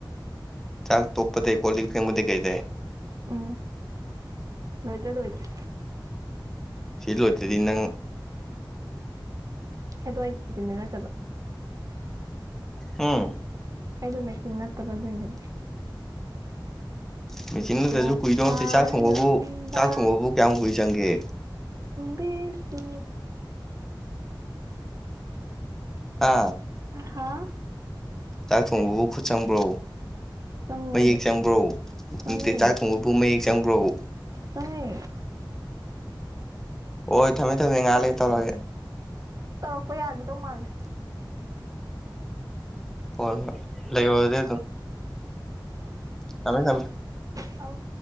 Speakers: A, in the centre; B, on the right.
A: ꯆꯥ ꯇꯣꯞꯄꯗ ꯀꯣꯂꯤ ꯐꯦꯡ ꯕꯗꯤꯏ ꯀꯩꯗꯩ
B: ꯎ ꯂꯣꯏꯗ꯭ꯔꯥ ꯂꯣꯏꯗ꯭ꯔꯦ
A: ꯁꯤ ꯂꯣꯏꯗ꯭ꯔꯗꯤ ꯅꯪ
B: ꯑꯗꯣ ꯑꯩ ꯍꯤꯟꯖꯤꯟꯗ ꯅꯠꯇꯕ
A: ꯎꯝ
B: ꯑꯩꯗꯣ ꯃꯦꯆꯤꯟ ꯅꯠꯇꯕ ꯑꯗꯨꯣꯏꯅꯦꯕ
A: ꯃꯦꯆꯤꯤꯟꯗꯨꯗꯁꯨ
B: ꯆꯥꯛ
A: ꯀꯨꯏꯗꯧ
B: ꯆꯥꯔꯝꯕ
A: ꯅꯠꯇꯦ ꯆꯥꯛ ꯊꯣꯡꯕꯕꯨ ꯆꯥꯛ ꯊꯣꯡꯕꯕꯨ ꯀꯌꯥꯝ ꯀꯨꯏ ꯆꯪꯒꯦ
B: ꯄꯁ
A: ꯍꯥ
B: ꯍꯥ
A: ꯆꯥꯛ ꯊꯣꯡꯕꯕꯨ ꯈꯨꯠ ꯆꯪꯕ꯭ꯔꯣ
B: ꯆꯪꯉꯦ
A: ꯃꯌꯦꯛ ꯆꯪꯕ꯭ꯔꯣ
B: ꯆꯪꯉꯦ
A: ꯅꯨꯡꯇꯤ ꯆꯥꯛ ꯊꯣꯡꯕꯕꯨ ꯃꯌꯦꯛ ꯆꯪꯕ꯭ꯔꯣ ꯎꯝ
B: ꯆꯪꯉꯦ
A: ꯍꯣꯏ ꯊꯝꯃꯦ ꯊꯝꯃꯦ ꯉꯥꯏꯍ ꯂꯩ ꯇꯧꯔꯒꯦ
B: ꯊꯣꯛꯄ ꯌꯥꯒꯗꯧ ꯃꯥꯜꯂꯦ
A: ꯍꯣꯏ ꯍꯣꯏ ꯂꯩ ꯋꯥꯗꯦ ꯇ ꯊꯃꯦ ꯊꯃꯦ
B: ꯊꯥꯎ